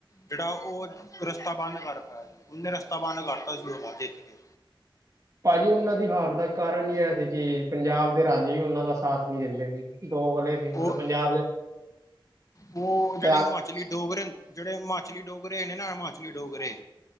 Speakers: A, on the left; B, on the right.
A: ਜਿਹੜਾ ਉਹ ਰਸਤਾ ਬੰਦ ਕਰ ਪਾਇਆ ਸੀ ਉਹਨੇ ਰਸਤਾ ਬੰਦ ਕਰਤਾ ਸੀ ਉਹਦਾ ਜਿੱਤ ਕੇ
B: ਭਾਜੀ ਉਹਨਾਂ ਦੀ ਹਾਰ ਦਾ ਕਾਰਨ ਹੀ ਆ ਸੀ ਕਿ ਪੰਜਾਬ ਦੇ ਰਾਜੇ ਵੀ ਉਹਨਾਂ ਦਾ ਸਾਥ ਨਹੀਂ ਦਿੰਦੇ ਸੀ <unintelligible>
A: ਉਹ
B: ਪੰਜਾਬ ਦੇ
A: ਉਹ ਜਿਹੜੇ
B: ਪਟਿਆਲੇ
A: ਹਿਮਾਚ ਮਾਚਲੀ ਡੋਗਰੇ ਜਿਹੜੇ ਹਿਮਾਚਲੀ ਡੋਗਰੇ ਨੇ ਨਾ ਹਿਮਾਚਲੀ ਡੋਗਰੇ